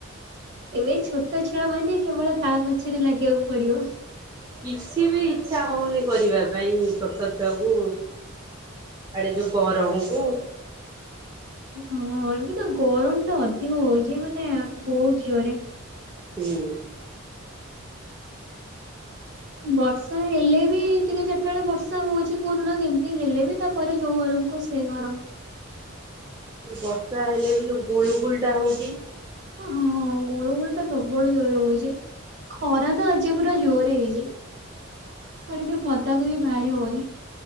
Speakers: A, on the right; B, on the right.
A: ଏବେ ଛୋଟ ଛୁଆ ମାନେ କେବଳ ତା ପଛରେ ଲାଗିବାକୁ ପଡିବ।
B: କିଛି ବି ଇଚ୍ଛା ହୋଉନି କରିବା ପାଇଁ ଛୋଟ ଛୁଆକୁ ଆଡେ ଯୋଉ ଗରମକୁୁ
A: ହଁ ଏମିତି ତ ଗରମ ଟା ଅଧିକ ହଉଚି ମାନେ ବୋହୁତ ଜୋରେ।
B: ହୁଁ।
A: ବର୍ଷା ହେଲେ ବି ଟିକେ ଚାରିଟାଳେ ବର୍ଷା ହଉଚି କୋଉଦିନ କେମିତି ହେଲେ ବି ତା ପରେ ଯୋଉ ଗରମ କୁ ସେ ଗରମ।
B: ବର୍ଷା ହେଲେ ବି ଯୋଉ ଗୁଳୁ ଗୁଳି ଟା ହୋଉଚି।
A: ଓ ହଁ ଗୁଳୁ ଗୁଳି ଟା ପ୍ରବଳ ଜୋରେ ହୋଉଚି। ଖରା ତ ଆଜି ପୁରା ଜୋରେ ହେଇଚି କୁଆଡ଼େ ଟିକେ ପଦାକୁ ବି ବାହାରି ହବନି।